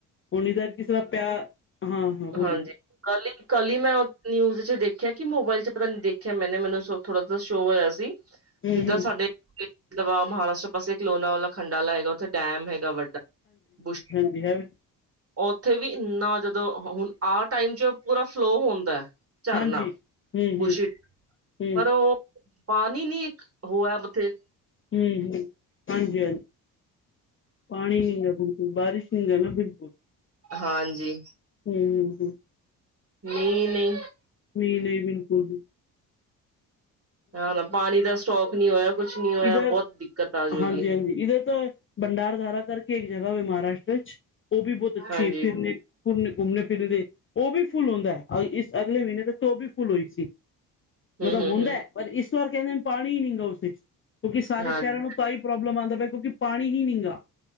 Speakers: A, on the left; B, on the right.
A: ਹੁਣ ਇਧਰ ਕਿਸ ਤਰਾ ਪਿਆ ਹਾਂ- ਹਾਂ ਬੋਲੀ
B: ਹਾਂਜੀ ਕੱਲ -ਕੱਲ ਹੀ ਮੈਂ ਨਿਊਜ਼ 'ਚ ਦੇਖਿਆ ਕਿ ਮੋਬਾਇਲ 'ਚ ਪਤਾ ਨੀ ਦੇਖਿਆ ਮੈਨੇ ਮੈਨੂੰ ਥੋੜਾ ਸ਼ੋ ਹੋਇਆ ਸੀ।
A: ਹੂੰ
B: ਜਿੱਦਾਂ ਸਾਡੇ ਮਹਾਰਾਸ਼ਟਰ ਪਾਸੇ ਕਲੋਨਾ ਵਾਲਾ ਖੰਡਾ ਵਾਲਾ ਹੈਗਾ। ਉਥੇ ਡੈਮ ਹੈਗਾ ਵੱਡਾ ਬੁ
A: ਬ ਹੈਵ <unintelligible>
B: ਉਥੇ ਵੀ ਇੰਨਾ ਜਦੋਂ ਹੁਣ ਆਹ ਟਾਈਮ 'ਚ ਪੂਰਾ ਫਲੋ ਹੁੰਦਾ। ਝਰਨਾ,
A: ਹਾਂਜੀ ਹੂੰ
B: ਬੂਸ਼ਿਟ,
A: ਹੂੰ ਹੂੰ
B: ਪਰ ਉਹ ਪਾਨੀ ਨੀ ਇੱਕ ਹੋਇਆ, ਉਥੇ।
A: ਹੂੰ, ਹੂੰ, ਹਾਂਜੀ-ਹਾਂਜੀ। ਪਾਣੀ ਨਹੀਂ ਗਾ ਬਿਲਕੁੱਲ, ਬਾਰਿਸ਼ ਨਹੀਂ ਗਾ ਨਾ, ਬਿਲਕੁੱਲ।
B: ਹਾਂਜੀ।
A: ਹੂੰ, ਹੂੰ, ਹੂੰ
B: ਨਹੀਂ-ਨਹੀਂ
A: ਮੀਂਹ ਨਹੀਂ, ਬਿਲਕੁੱਲ ਵੀ।
B: ਹਾਂ, ਪਾਣੀ ਦਾ ਸਟੌਕ ਨਹੀਂ ਹੋਇਆ ਕੁਛ ਨਹੀਂ ਹੋਇਆ
A: ਈਧਰ,
B: ਬਹੁਤ ਦਿੱਕਤ ਆ ਜਾਊਗੀ
A: ਹਾਂਜੀ-ਹਾਂਜੀ, ਇੱਧਰ ਤਾਂ ਭੰਡਾਰਧਾਰਾ ਕਰਕੇ ਇੱਕ ਜਗ੍ਹਾ ਵੇ, ਮਹਾਰਾਸ਼ਟਰ'ਚ ਵਿੱਚ ਉਹ ਵੀ ਬਹੁੱਤ ਅੱਛੀ
B: ਹਾਂਜੀ
A: ਏ, ਫਿਰਨੇ ਘੁੰਮਣੇ, ਘੁੰਮਣੇ ਫਿਰਨੇ ਉਹ ਵੀ ਫੁੱਲ ਹੁੰਦਾ ਹੈ, ਇਸ ਅਗਲੇ ਮਹੀਨੇ ਤੱਕ ਉਹ ਵੀ ਫੁੱਲ ਹੋਈ ਸੀ।
B: ਹੂੰ
A: ਮਤਲਬ
B: ਹੂੰ
A: ਹੁੰਦਾ,
B: ਹੂੰ
A: ਪਰ ਇਸ ਵਾਰ ਕਹਿੰਦੇ ਨੇ ਪਾਣੀ ਹੀ ਨੀਂਗਾ ਉਸ ਵਿੱਚ, ਕਿਉਂਕਿ ਸਾਰੇ
B: ਹਾਂਜੀ
A: ਸ਼ਹਿਰਾਂ ਨੂੰ ਤਾਈ ਪ੍ਰੌਬਲਮ ਆਂਦਾ ਪਿਆ, ਕਿਉਂਕਿ ਪਾਣੀ ਹੀ ਨੀਂਗਾ।